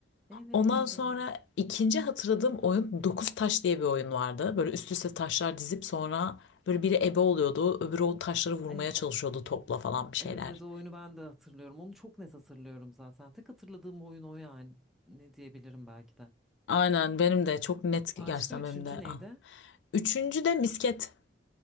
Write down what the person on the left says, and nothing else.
Ondan sonra ikinci hatırladığım oyun Dokuz Taş diye bir oyun vardı. Böyle üst üste taşlar dizip sonra böyle biri ebe oluyordu. Öbürü o taşları vurmaya
çalışıyordu topla falan bir şeyler.
Aynen benim de çok net
gerçekten
benim de.
ah, Üçüncü de misket.